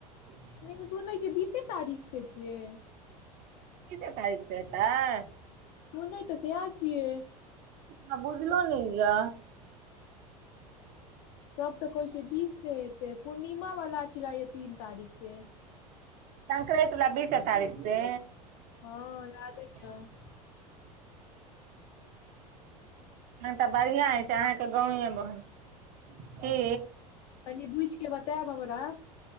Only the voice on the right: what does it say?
बीसे
बीसे तारिक स हेतै
हमरा बुझलो ने या
संकरैत बला बीसे तारिक से
तहन
नहि तऽ बढ़ििया हय छै अहाँके गाव बहुत की